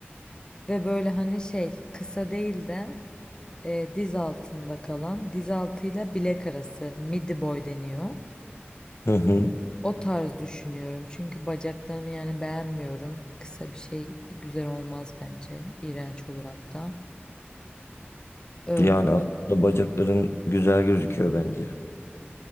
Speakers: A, on the left (about 20°); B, on the left (about 80°).
A: ve böyle hani şey kısa değil de e, diz altında kalan diz altıyla bilek arası midi boy deniyor.
B: Hı hı.
A: O tarz düşünüyorum çünkü bacaklarımı yani beğenmiyorum. Kısa bir şey güzel olmaz bence. İğrenç olur hatta. Öyle.
B: Yani aslında bacakların güzel gözüküyor bence.